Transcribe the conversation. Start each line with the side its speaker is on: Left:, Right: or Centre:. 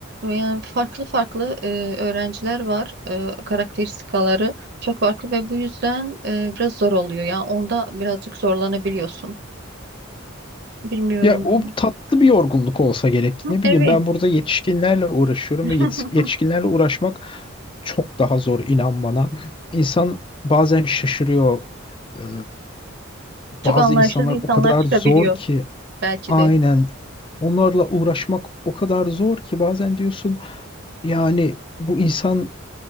Right: Yani farklı farklı e, öğrenciler var. E, karakteristikaları çok farklı ve bu yüzden e, biraz zor oluyor. Yani onda birazcık zorlanabiliyorsun. Bilmiyorum.
Left: Ya o tatlı bir yorgunluk olsa gerek. Ne bileyim
Right: Evet.
Left: ben burada yetişkinlerle uğraşıyorum
Right: <laughs>
Left: ve yetiş- yetişkinlerle uğraşmak çok daha zor inan bana. İnsan bazen şaşırıyor. Ee,
Right: Çok
Left: bazı
Right: anlayışsız
Left: insanlar
Right: insanlar
Left: o kadar
Right: çıkabiliyor
Left: zor ki
Right: belki
Left: aynen
Right: de.
Left: onlarla uğraşmak o kadar zor ki bazen diyorsun yani bu insan